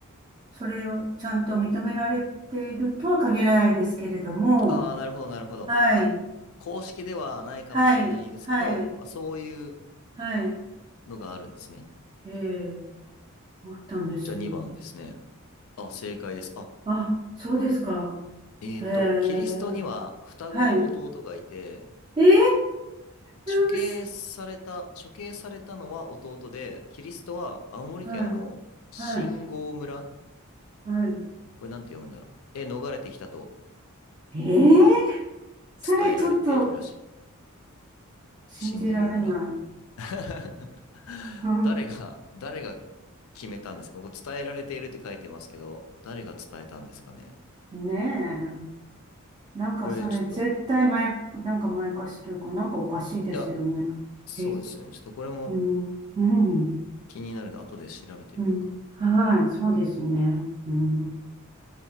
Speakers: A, on the right; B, on the left.
A: それをちゃんと認められているとは限らないですけれども、
B: ああ、なるほど、なるほど。
A: はい、
B: あ、公式ではないかもしれないですけど、
A: はい、はい、
B: まあ、そういう
A: はい、
B: のがあるんですね。
A: ええ、思ったんですよ。
B: じゃあ2番ですね。あ、正解です。あ、
A: あ、そうですか。
B: えっと、
A: へえ、
B: キリストには双子の弟がいて、
A: はい。えー、おし、
B: 処刑された、処刑されたのは弟で、キリストは青森県の新郷村
A: はい、はい、はい。
B: これなんて読むんだろう。え逃れてきたと
A: えー、それちょっと
B: 伝えられているらしい。
A: 信じられない。
B: 新郷村。<laughs>
A: <laughs>
B: 誰が、誰が決めたんですかここ伝えられているって書いてますけど、誰が伝えたんですかね
A: うん、ねえ。なんかそれ絶対まや、
B: これちょっと、
A: なんかまやかしというか、なんかおかしいですよね。
B: いや、そうですよね。
A: え、
B: ちょっとこれも
A: うん、うん、
B: 気になるんで、後で調べてみようかな。
A: うん。はい、そうですね。うん、